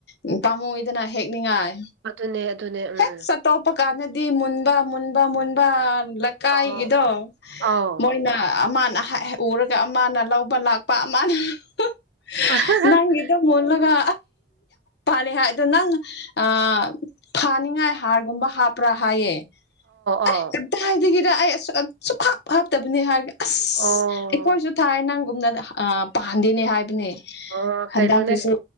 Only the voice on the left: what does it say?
ꯎꯝ ꯄꯥꯝꯃꯨꯗꯅ ꯍꯦꯛꯅꯤꯡꯉꯥꯏ
ꯍꯦꯛ ꯆꯇꯣꯄ ꯀꯥꯟꯗꯗꯤ ꯃꯟꯕꯥ ꯃꯟꯕꯥ ꯃꯟꯕꯥ ꯂꯥꯀꯥꯏꯒꯤꯗꯣ
ꯃꯣꯏꯅ ꯑꯃꯅ <unintelligible> ꯎꯔꯒ ꯑꯃꯅ ꯂꯧꯕ ꯂꯥꯛꯄ ꯑ ꯃꯥꯅ <unintelligible>
ꯅꯪ ꯒꯤꯗꯣ ꯃꯨꯜꯂꯒ
ꯄꯥꯜꯂꯤ ꯍꯥꯏ ꯑꯗꯣ ꯅꯪ ꯑ ꯐꯥꯅꯤꯡꯉꯥꯏ ꯍꯥꯔꯒꯨꯝꯕ ꯍꯥꯞꯄ꯭ꯔꯥ ꯍꯥꯏꯌꯦ ꯑꯩ
ꯑꯝꯇ ꯍꯥꯏꯗꯒꯤꯔ ꯑꯩ ꯑꯁꯨ ꯁꯨꯛ ꯍꯥꯞ ꯍꯥꯞꯇꯕꯅꯤ ꯍꯥꯏꯒꯦ ꯑꯁ
ꯑꯩꯈꯣꯏꯁꯨ ꯊꯥꯏ ꯅꯪꯒꯨꯝꯅ ꯑ ꯄꯥꯟꯗꯦꯅꯦ ꯍꯥꯏꯕꯅꯦ
ꯍꯟꯗꯛꯀꯤꯁꯨ